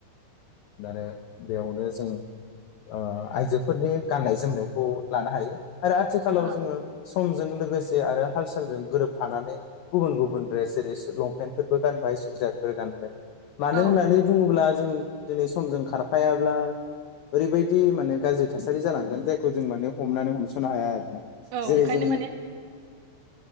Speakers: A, on the left (about 85°); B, on the right (about 80°).
A: आरो बेयावनो जों ओ आइजोफोरनि गाननाय जोमनायखौ लानो हायो। आरो आथिखालाव
B: औ
A: जोङो समजों लोगोसे आरो हाल सालजों गोरोबफानानै गुबुन गुबुन ड्रेस जेरै सो लंपेन्टफोरबो गानबाय सुइजारफोर गानबाय। मानो
B: औ
A: होननानै बुङोब्ला जों दिनै सम जों खारफायाब्ला ओरैबायदि माने गाज्रि थासारि जालांगोन जायखौ जों माने हमनानै हमस नो हाया आरोना।
B: औ
A: जेरै
B: ओंखायनो
A: जों
B: माने